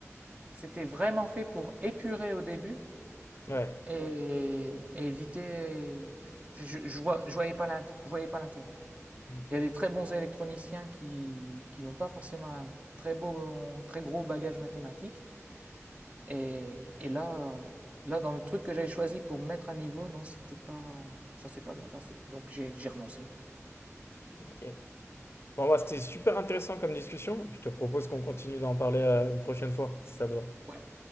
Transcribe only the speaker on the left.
ouais.
Ok,
ok. Bon, bah, c'était super intéressant comme discussion. Je te propose qu'on continue d'en parler euh, une prochaine fois, si ça te va.